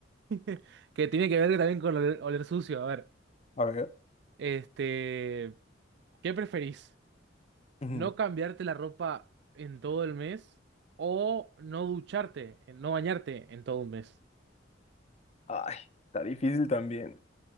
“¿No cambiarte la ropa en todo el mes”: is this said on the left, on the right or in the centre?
Right